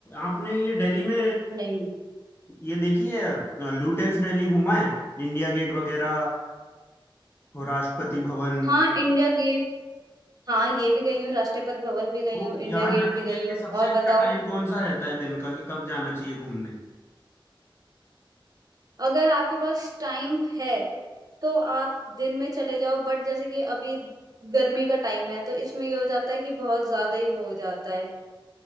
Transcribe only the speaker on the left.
आपने ये दिल्ली में
ये देखी है लुटेंस दिल्ली घूमा है इंडिया गेट वगैरह और राष्ट्रपति भवन
तो
यहाँ जाने
के लिए
सबसे
अच्छा
टाइम कौन सा रहता है दिन का कि कब जाना चाहिए घूमने